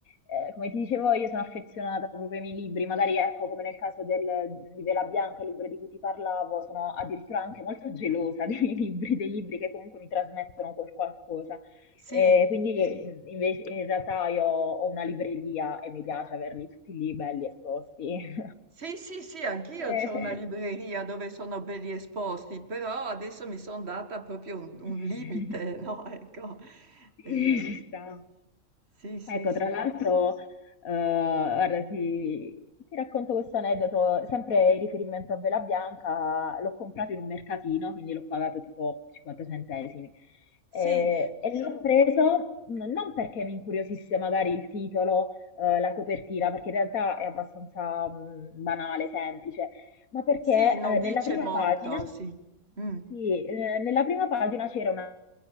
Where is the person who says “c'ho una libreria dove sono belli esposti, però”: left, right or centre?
Right